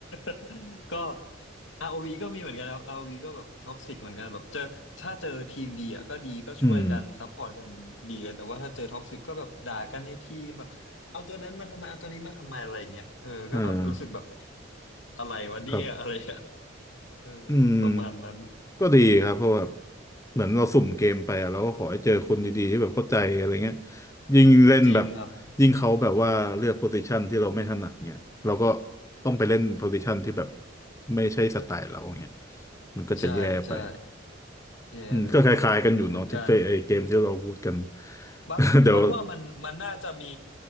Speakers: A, on the left; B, on the left.
A: <laughs> ก็อ o v ก็มีเหมือนกันครับ r วีก็แบบท็อกซิกเหมือนกันแบบเจอถ้าเจอทีมดีอ่ะก็ดีก็ช่วยกันซัพพอร์ตกันดีเลยแต่ว่าถ้าเจอท็อกซิกก็แบบด่ากันในทีมแบบเอาตัวนั้นมาทำไมเอาตัวนี้มาทำไมอะไรเงี้ยเออก็แบบรู้สึกแบบ
B: อืมเออ
A: อะไรวะเนี่ย
B: ครับ
A: <laughs> อะไรอะเออ
B: อืม
A: ประมาณนั้น
B: ก็ดีครับเพราะแบบเหมือนเราสุ่มเกมไปอะเราก็ขอให้เจอคนดีๆที่แบบเข้าใจอะไรเงี้ยยิ่งเล่นแบบ
A: จริงครับ
B: ยิ่งเขาแบบว่าเลือกโพซิชันที่เราไม่ถนัดเงี้ยเราก็ต้องไปเล่นโพซิชันที่แบบไม่ใช่สไตล์เราเงี้ยมันก็จะแย่ไป
A: ใช่ใช่แย่เลย
B: อืมก็คล้ายๆกันอยู่เนาะที่เฟไอเกมที่เราพูดกัน
A: เหมือนกัน
B: <laughs>
A: บัดบัดว่ามันมันน่าจะมี
B: เดี๋ยว